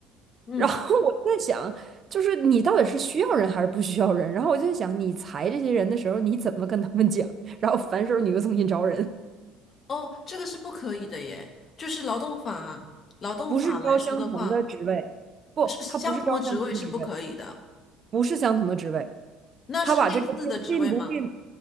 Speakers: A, on the left; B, on the right.
A: 嗯，
B: 然后我就在想，就是你到底是需要人还是不需要人？然后我就在想，你裁这些人的时候，你怎么跟他们讲？然后反手你又重新招人。
A: 哦，这个是不可以的耶，就是劳动法劳动法来说的话。
B: 不是招相同的职位，不，
A: 是相同的职位是不可以的，
B: 他不是招相同的职位，不是相同的职位。
A: 那是类似的职位吗？
B: 他把这个病并不并